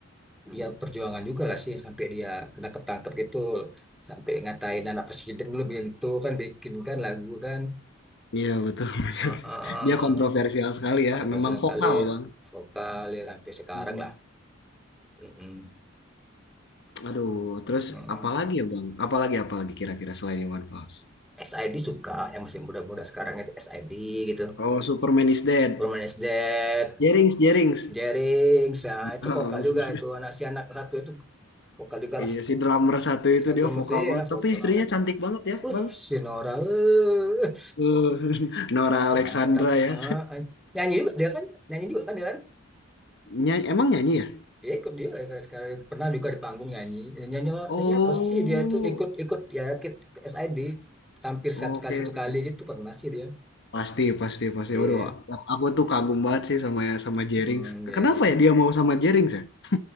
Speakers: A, in the centre; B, on the left.
A: ya perjuangan juga lah sih sampai dia kena ketangkep gitu sampai ngatain anak presiden dulu itu kan bikinkan lagu kan
B: Iya betul, <laughs> betul.
A: Heeh.
B: Dia kontroversial sekali
A: kontroversial
B: ya. Memang vokal
A: kali
B: Bang.
A: vokal ya sampai sekarang
B: Hmm.
A: lah. Mm-mm.
B: Aduh, terus
A: Mm-mm.
B: apalagi ya Bang? Apalagi apalagi kira-kira selain Iwan Fals?
A: SID suka yang masih muda-muda sekarang itu SID gitu
B: Oh, Superman is Dead.
A: Furman is Dead
B: Jerings, Jerings.
A: Jering ya itu
B: Oh,
A: vokal juga itu anak si anak satu itu vokal
B: <laughs>
A: juga lah
B: iya si drummer satu itu
A: yang
B: dia
A: satu
B: vokal
A: itu
B: banget.
A: ya vokal
B: Tapi istrinya
A: banget
B: cantik banget ya
A: wih
B: Bang.
A: si Nora eh.
B: Eh, <laughs> Nora Alexandra
A: mantap
B: ya.
A: Ah, ah. nyanyi juga dia kan nyanyi juga kan dia kan
B: Nyanyi, emang nyanyi ya?
A: dia ikut dia kayak sekali pernah juga di panggung nyanyi nyanyi
B: Oh,
A: nyanyi apa sih dia itu ikut ikut ya ikut, ikut SID tampil
B: oke.
A: satu kali satu kali gitu pernah sih dia
B: Pasti, pasti, pasti.
A: iya
B: Waduh, aku aku tuh kagum banget sih sama ya, sama
A: Hmm,
B: Jerings.
A: Jering
B: Kenapa ya dia mau sama Jerings ya? <laughs>